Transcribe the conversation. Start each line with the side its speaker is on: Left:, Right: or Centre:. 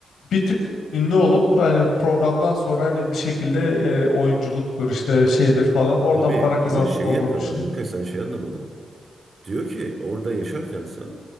Left: bir tık ünlü olup hani programdan sonra hani bir şekilde e, oyunculuktur işte şeydir falan oradan
Right: Tabii
Left: para kazanmak
Right: ama şey
Left: olduğunu
Right: yapıyorlar
Left: düşünüyorum.
Right: Nurkay sen şey anlamadın. Diyor ki orada yaşarken sen